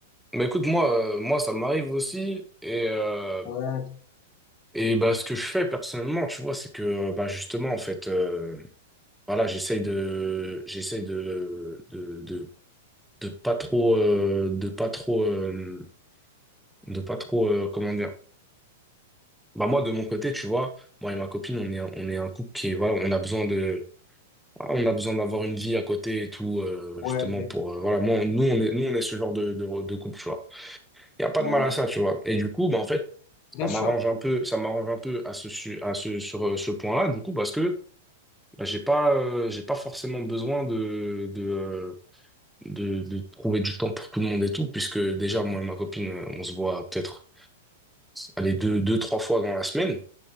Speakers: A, in the centre; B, on the left.
A: bah écoute, moi, euh, moi, ça m'arrive aussi. Et, euh,
B: Ouais,
A: et bah, ce que je fais personnellement, tu vois, c'est que, euh, bah, justement, en fait, euh, voilà, j'essaye de, j'essaye de, de, de, de pas trop, euh, de pas trop, euh, de pas trop, euh, comment dire. Bah, moi, de mon côté, tu vois, moi et ma copine, on est, on est un couple qui est, voilà, on a besoin de On a besoin d'avoir une vie à côté et tout, euh,
B: ouais,
A: justement pour euh, voilà,
B: ouais,
A: moi, nous on est nous on est ce genre de, de, de couple, tu vois. Il y a pas
B: ouais.
A: de mal à ça, tu vois. Et du coup, bah en fait,
B: Bien
A: ça
B: sûr.
A: m'arrange un peu, ça m'arrange un peu à ce su- à ce sur euh, ce point-là, du coup, parce que bah, j'ai pas euh, j'ai pas forcément besoin de de, euh, de de trouver du temps pour tout le monde et tout, puisque déjà moi et ma copine, euh, on se voit peut-être allez deux deux trois fois dans la semaine,